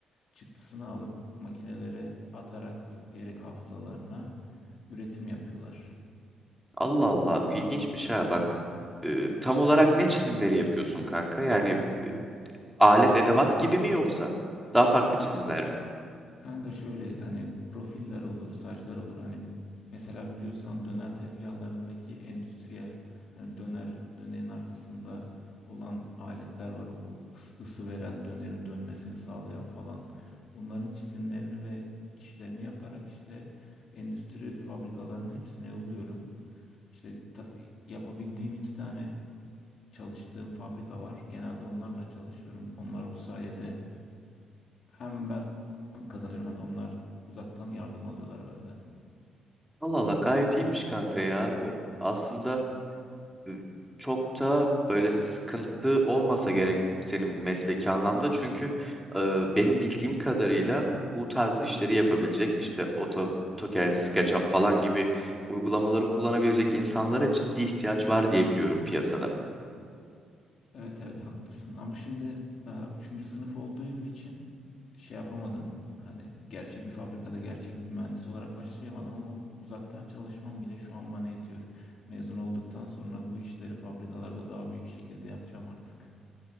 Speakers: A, on the left (about 60°); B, in the centre.
A: çıktısını alıp makinelere atarak yükleyerek hafızalarına üretim yapıyorlar.
B: Allah Allah. İlginçmiş ha bak. E, tam olarak ne çizimleri yapıyorsun kanka? Yani e, alet edevat gibi mi yoksa daha farklı çizimler mi?
A: Kanka şöyle hani profiller olur, saçlar olur. Hani mesela biliyorsan döner tezgahlarındaki endüstriyel hani döner dönerin arkasında olan aletler var. O bu ıs- ısı veren dönerin dönmesini sağlayan falan. Bunların çizimlerini ve işlerini yaparak işte endüstri fabrikalarının hepsine yolluyorum. İşte ta- yapabildiğim iki tane çalıştığım fabrika var. Genelde onlarla çalışıyorum. Onlar bu sayede hem ben kazanıyorum hem de onlar uzaktan yardım alıyorlar benden.
B: Allah Allah gayet iyiymiş kanka ya. Ve Aslında e, çok da böyle sıkıntı olmasa gerek senin mesleki anlamda. Çünkü e, benim bildiğim kadarıyla bu tarz işleri yapabilecek işte Auto- AutoCAD, SketchUp falan gibi uygulamaları kullanabilecek insanlara ciddi ihtiyaç var diye biliyorum piyasada.
A: Evet evet haklısın ama şimdi daha üçüncü sınıf olduğum için şey yapamadım. Hani gerçek bir fabrikada gerçek bir mühendis olarak başlayamadım ama uzaktan çalışmam bile şu an bana yetiyor. Mezun olduktan sonra bu işleri fabrikalarda daha büyük şekilde yapacağım artık.